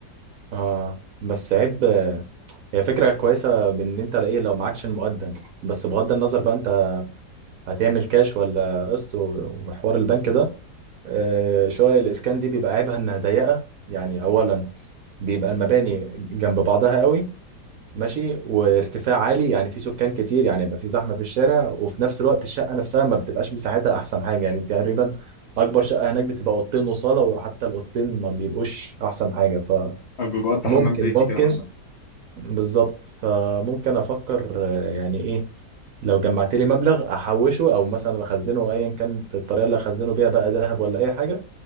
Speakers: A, on the right; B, on the left.
A: اه بس عيب آه، هي فكرة كويسة بان انت ايه لو معكش المقدم بس بغض النظر بقى انت هتعمل كاش ولا قسط و- وحوار البنك ده آه، شقق الإسكان دي بيبقى عيبها إنها ضيقة يعني أولا بيبقى المباني جنب بعضها قوي ماشي وارتفاع عالي يعني في سكان كتير يعني يبقى في زحمة في الشارع وفي نفس الوقت الشقة نفسها ما بتبقاش مساحتها أحسن حاجة يعني تقريبا أكبر شقة هناك بتبقى أوضتين وصالة وحتى الأوضتين ما بيبقوش أحسن حاجة
B: ببقى
A: فممكن
B: حمام بيتي
A: ممكن
B: كده مثلا
A: بالظبط فممكن أفكر آه، يعني إيه لو جمعت لي مبلغ أحوشه أو مثلا أخزنه أيا كانت الطريقة اللي أخزنه بيها بقى ذهب ولا أي حاجة